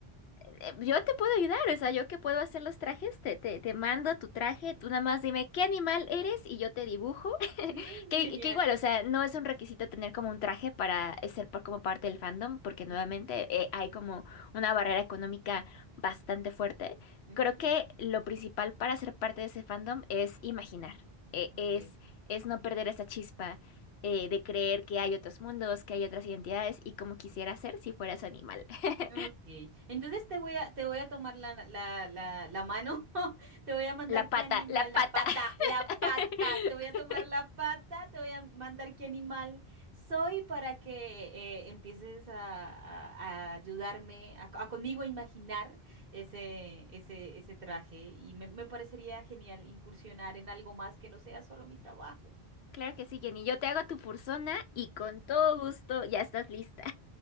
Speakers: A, on the left (about 85°); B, on the right (about 60°).
A: eh, Yo te puedo ayudar, o sea, yo que puedo hacer los trajes, te, te, te mando tu traje, tú nada más dime qué animal eres y yo te dibujo. <laughs>
B: Mm,
A: Que,
B: genial.
A: que igual, o sea, no es un requisito tener como un traje para ser por, como parte del fandom, porque nuevamente
B: Ujú,
A: eh, hay como una barrera económica bastante fuerte.
B: ujú,
A: Creo que lo principal para ser parte de ese fandom es imaginar, eh,
B: ok.
A: es, es no perder esa chispa eh, de creer que hay otros mundos, que hay otras identidades y como quisiera ser si fueras animal. <laughs>
B: Ok, entonces te voy a, te voy a tomar la, la, la, la mano, <laughs> te voy a mandar
A: La pata,
B: qué animal,
A: la pata.
B: la pata, la pata,
A: <laughs>
B: te voy a tomar la pata, te voy a mandar qué animal soy para que eh, empieces a, a- a ayudarme, a, co- a conmigo a imaginar ese, ese, ese traje y me, me parecería genial incursionar en algo más que no sea solo mi trabajo.
A: Claro que sí, Jenny. Yo te hago tu persona y con todo gusto ya estás lista.